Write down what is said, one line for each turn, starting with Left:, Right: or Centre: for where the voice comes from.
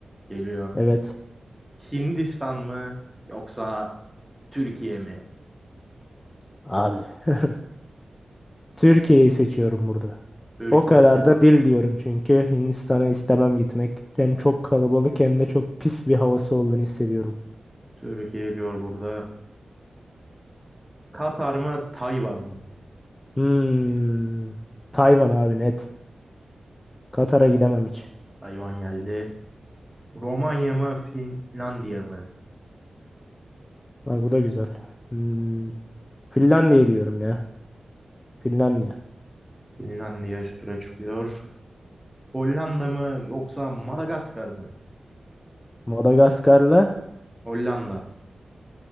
Centre: geliyor.
Left: Evet
Centre: Hindistan mı? Yoksa Türkiye mi?
Left: abi. <laughs> Türkiye'yi seçiyorum burada.
Centre: Türkiye
Left: O kadar
Centre: diyor.
Left: da dil diyorum çünkü Hindistan'a istemem gitmek. Hem çok kalabalık hem de çok pis bir havası olduğunu hissediyorum.
Centre: Türkiye diyor burada. Katar mı? Tayvan mı?
Left: Hmm. Tayvan abi net. Katar'a gidemem hiç.
Centre: Tayvan geldi. Romanya mı? Finlandiya mı?
Left: Bak bu da güzel. Hmm. Finlandiya diyorum ya. Finlandiya.
Centre: Finlandiya üst tura çıkıyor. Hollanda mı yoksa Madagaskar mı?
Left: Madagaskar'la
Centre: Hollanda.